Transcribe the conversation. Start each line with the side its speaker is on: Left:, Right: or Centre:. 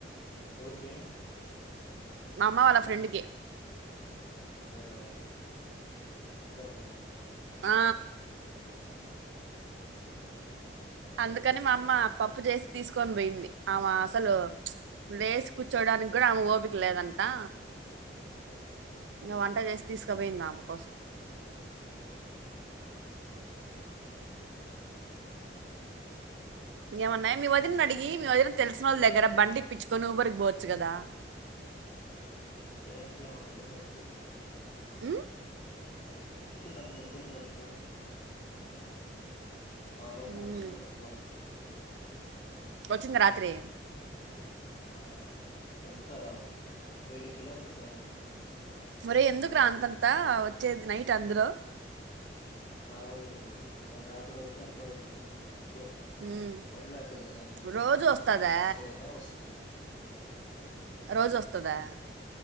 Left: ఎవరికీ
Right: మా అమ్మ వాళ్ళ ఫ్రెండ్ కి
Left: అదే గద మీకు అనుకున్నా
Right: ఆ అందుకని మా అమ్మ పప్పు చేసి తీసుకొని పోయింది ఆమ అసలు లేసి కూర్చోడానికి కూడా ఆమె ఓపిక లేదంతా
Left: ఉం
Right: ఇంగా వంట చేసి తీసుకుపోయిందామ కోసం ఏమన్నాయ మీ వదిన అడిగి మీ వదిన తెలిస వాళ దగ్గర బండి ఇపిచ్చుకని <unintelligible> ఊరికి పోవచ్చు కదా
Left: దయ నకుల నింబలు వరుతూ <unintelligible>
Right: ఉమ్?
Left: ఎందుకు తననీ ఇబ్బందుంది పెడుతా అనుకునా మా కోసం
Right: ఉమ్.
Left: వచ్చిందే ఎక్కువ
Right: వచ్చింది రాత్రి
Left: ఆ ఎంత ఎయిటీన్ కిలోమీటర్స్ ఏమో
Right: ఒరే ఎందుకు రా అంతంతా వచ్చేది నైట్ అందులో
Left: ట్రావెలింగ్ రాపిడో ఒక ఓకే ఎంత అవుతుంది ఊరికి
Right: ఉమ్.
Left: బండి ఎక్కదు మళ్ళీ
Right: రోజు వస్తుందా
Left: ఆటోలోనే వస్తుంది
Right: రోజు వస్తదా